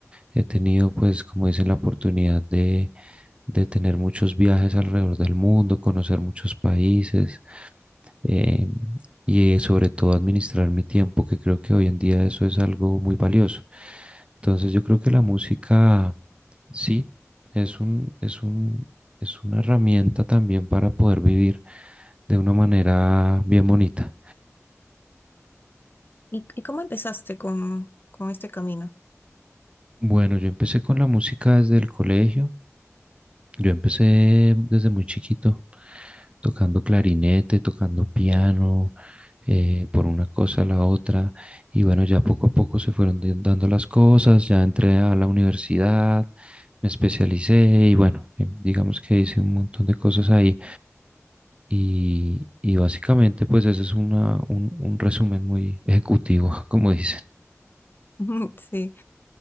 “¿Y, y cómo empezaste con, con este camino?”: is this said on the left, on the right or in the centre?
Left